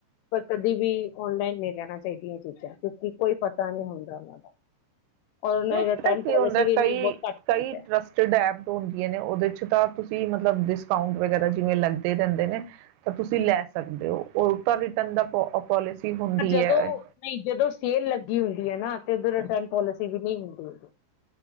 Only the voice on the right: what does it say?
ਨਈ
ਪਤਾਂ ਕੀ
ਹੁੰਦਾ
ਕਈ
ਕਈ
ਰਸਟਡ ਐਪ ਹੁੰਦੀਆਂ ਨੇ ਉਹਦੇ ਉਹ ਤਾਂ ਤੁਸੀਂ ਮਤਲਬ ਡਿਸਕਾਊਂਟ ਵਗੈਰਾ ਜਿਵੇਂ ਲੱਗਦੇ ਰਹਿੰਦੇ ਨੇ ਤੁਸੀਂ ਲੈ ਸਕਦੇ ਹੋ ਤਾਂ ਉਹ ਤਾਂ ਪੋਲਿਸੀ ਹੁੰਦੀ
ਹੈ।